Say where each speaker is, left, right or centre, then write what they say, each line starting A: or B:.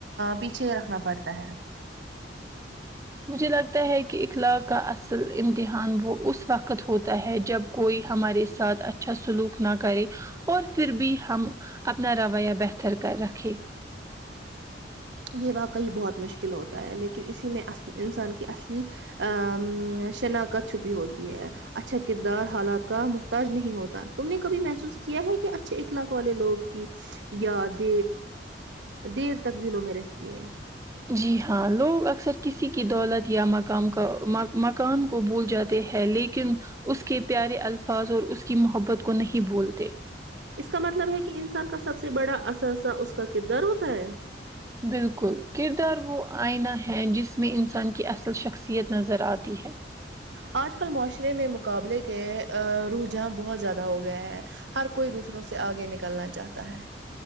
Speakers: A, on the right; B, on the right.
A: پیچھے رکھنا پڑتا ہے
B: مجھے لگتا ہے کہ اخلاق کا اصل امتحان وہ اس وقت ہوتا ہے جب کوئی ہمارے ساتھ اچھا سلوک نہ کرے اور پھر بھی ہم اپنا رویہ بہتر کر رکھے
A: یہ واقعی بہت مشکل ہوتا ہے لیکن اسی میں انسان کی اصلی ا شناخت چھپی ہوتی ہے اچھا کردار حالات کا محتاج نہیں ہوتا تم نے کبھی محسوس کیا ہے کہ اچھے اخلاق والے لوگ کی یا د دیر تک دلوں میں رہتی ہیں
B: جی ہاں لوگ اکثر کسی کی دولت یا مقام کا مکا مکان کو بھول جاتے تے ہیں لیکن اس کے پیارے الفاظ اور اس کی محبت کو نہیں بولتے
A: اس کا مطلب ہے کہ انسان کا سب سے بڑا اثاثہ اس کا کردار ہوتا ہے
B: بالکل کردار وہ آئینہ ہے جس میں انسان کی اصل شخصیت نظر آتی ہے
A: آج کل معاشرے میں مقابلے کے رحجان بہت زیادہ ہو گیا ہے ہر کوئی دوسروں سے آگے نکلنا چاہتا ہے